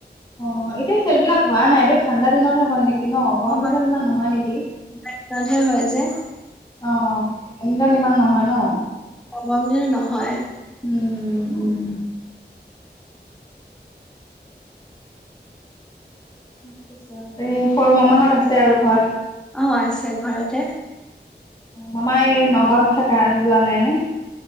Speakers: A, on the left; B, in the centre.
A: অ, এতিয়া খেলবিলাক হোৱা নাই এইটো ঠাণ্ডা দিনতহে হয় নেকি। ন'গৰম
B: অ'
A: দিনত ইমান নহয় নেকি।
B: বেডমিন্টনতহে হয় যে
A: অ, গৰম দিনত ইমান নহয় ন।
B: অ', গৰম দিনত নহয়।
A: উম- উম -উম তাৰপিছত এই সৰু মামাহঁত আছে আৰু ঘৰত?
B: অ', আছে ঘৰতে।
A: মামাই এই নগাঁৱত থাকে আৰু যোৱা নাই নে?